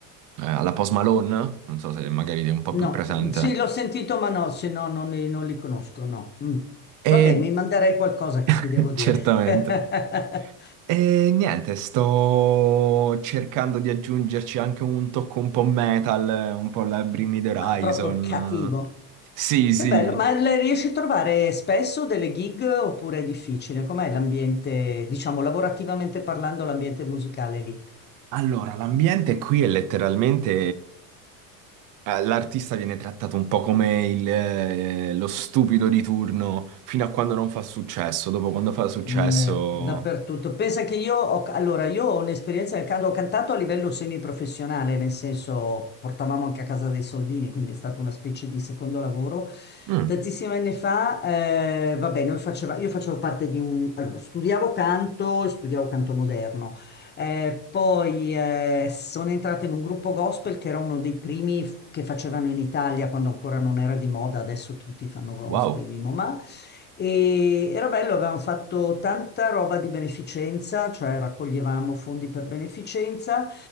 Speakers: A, on the right (about 45°); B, on the left (about 25°).
A: eh, alla Post Malone, non so se magari ti è un po'
B: No,
A: più presente.
B: sì, l'ho sentito, ma no, se no non li, non li conosco, no. Mm.
A: E
B: Vabbè, mi manderei qualcosa che
A: <laughs>
B: ti devo dire.
A: certamente.
B: <laughs>
A: E niente, sto cercando di aggiungerci anche un tocco un po' metal, un po' la Bring Me the Horizon.
B: Ah, proprio cattivo.
A: Sì,
B: Che
A: sì.
B: bello, ma le riesci a trovare spesso delle gig oppure è difficile? Com'è l'ambiente, diciamo, lavorativamente parlando, l'ambiente musicale lì?
A: Allora, l'ambiente qui è letteralmente Eh, L'artista viene trattato un po' come il, eh, lo stupido di turno fino a quando non fa successo. Dopo quando fa successo...
B: Mm, eh, dappertutto. Pensa che io ho, allora, io ho un'esperienza nel canto, ho cantato a livello semiprofessionale, nel senso portavamo anche a casa dei soldini, quindi è stata una specie di secondo lavoro.
A: Mm,
B: Tantissimi anni fa, eh, vabbè, noi faceva, io facevo parte di un... Allora, studiavo canto, studiavo canto moderno, Eh, poi eh, sono entrata in un gruppo gospel che era uno dei primi f- che facevano in Italia quando ancora non era di moda, adesso tutti fanno gospel,
A: wow.
B: Mimo Ma. E era bello, avevamo fatto tanta roba di beneficenza, cioè raccoglievamo fondi per beneficenza.